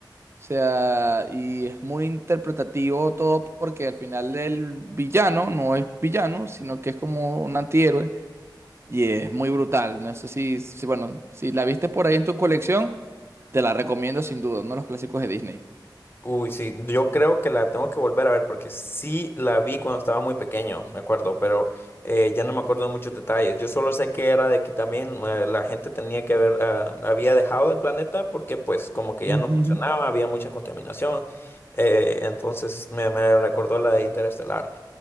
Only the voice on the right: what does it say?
O sea, y es muy interpretativo todo porque al final el villano no es villano, sino que es como un antihéroe y es muy brutal. No sé si, si, bueno, si la viste por ahí en tu colección, te la recomiendo sin duda, uno de los clásicos de Disney.
Ujú,